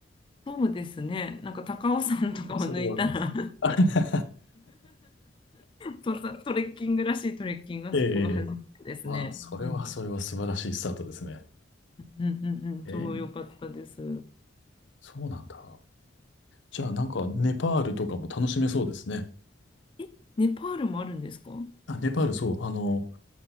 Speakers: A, on the left; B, on the left.
A: そうですね。なんか高尾山とかを抜いたら
B: もうそれは。
A: <laughs>
B: あ <laughs>
A: トレトレッキングらしいトレッキングがそこが初めてですね。
B: ええまあ、それはそれは素晴らしいスタートですね。
A: うん、うん、うん、うん、超良かったです。
B: ええそうなんだ。じゃあ、なんか、ネパールとかも楽しめそうですね。
A: え、ネパールもあるんですか
B: あ、ネパール、そう、あの、